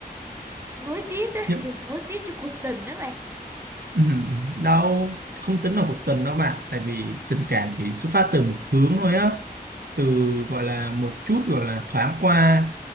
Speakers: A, on the right; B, on the right.
A: nuối tiếc á
B: nhưng
A: kiểu nuối tiếc cho cuộc tình đó
B: ừ, đâu không tính là cuộc tình đâu bạn, tại vì tình cảm chỉ xuất phát từ một hướng thôi á từ gọi là một chút gọi là thoáng qua